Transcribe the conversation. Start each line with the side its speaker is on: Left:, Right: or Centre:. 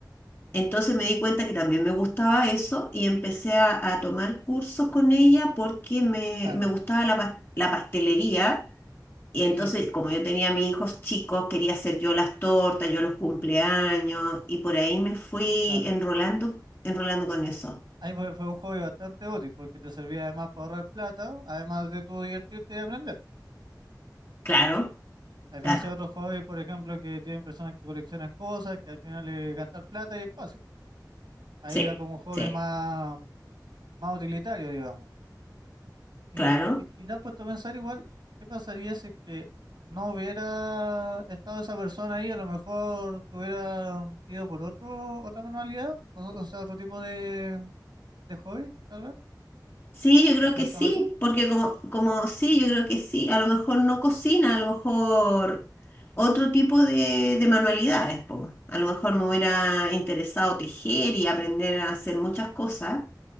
Left: Entonces me di cuenta que también me gustaba eso y empecé a, a tomar cursos con ella porque me,
Right: claro,
Left: me gustaba la, pas- la pastelería y entonces,
Right: sí, po,
Left: como yo tenía a mis hijos chicos, quería hacer yo las tortas, yo los cumpleaños, y por ahí me fui
Right: claro.
Left: enrolando, enrolando
Right: Te-
Left: con eso.
Right: Ahí fue, fue un hobby bastante útil porque te servía además para ahorrar plata, además de tú divertirte y aprender.
Left: Claro,
Right: A diferencia
Left: claro,
Right: de otros hobbies, por ejemplo, que tienen personas que coleccionan cosas, que al final es gastar plata y espacio. Ahí
Left: sí,
Right: era como un hobby
Left: sí,
Right: más, más utilitario, digamos. Y,
Left: claro.
Right: y, y y te has puesto a pensar igual, ¿qué pasaría si es que no hubiera estado esa persona ahí? A lo mejor te hubiera mm, ido por otro, otra manualidad, o, o sea, otro tipo de, de hobby, tal vez.
Left: Sí, yo creo
Right: ¿Has pensado
Left: que sí,
Right: eso?
Left: porque como, como sí, yo creo que sí, a lo mejor no cocina, a lo mejor otro tipo de, de manualidades, po. A lo mejor me hubiera interesado tejer y aprender a hacer muchas cosas